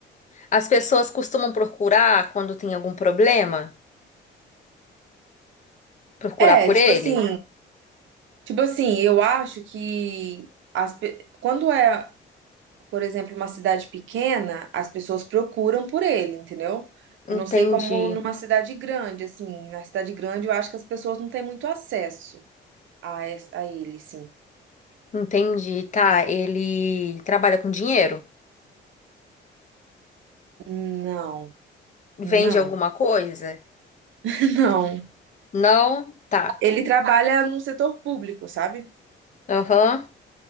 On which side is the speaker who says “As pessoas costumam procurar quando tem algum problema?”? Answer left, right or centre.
Left